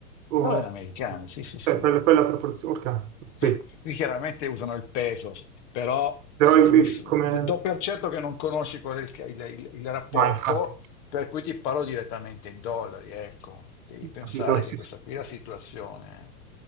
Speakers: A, on the right (about 55°); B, on the left (about 50°).
A: O...
B: Dollari americani, sì, sì, sì.
A: eh, quella, quella proporzione. Ok,
B: Sì,
A: sì.
B: qui chiaramente usano il peso, però
A: Però
B: siccome
A: il- il-
B: s-
A: come...
B: d- do per certo che non conosci qual è il, il- il- il rapporto,
A: No, infatti,
B: per cui ti parlo direttamente in dollari, ecco. Devi pensare
A: capito, sì,
B: che questa
A: sì.
B: qui è la situazione.